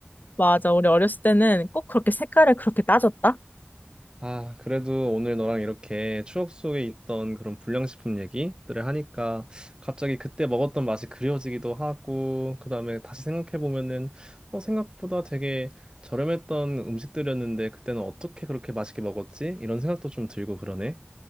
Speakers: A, on the left (about 45°); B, on the right (about 20°).
A: 맞아. 우리 어렸을 때는 꼭 그렇게 색깔을 그렇게 따졌다?
B: 아, 그래도 오늘 너랑 이렇게 추억 속에 있던 그런 불량식품 얘기들을 하니까 갑자기 그때 먹었던 맛이 그리워지기도 하고, 그다음에 다시 생각해보면은, 어, 생각보다 되게 저렴했던 음식들이었는데, 그때는 어떻게 그렇게 맛있게 먹었지? 이런 생각도 좀 들고 그러네.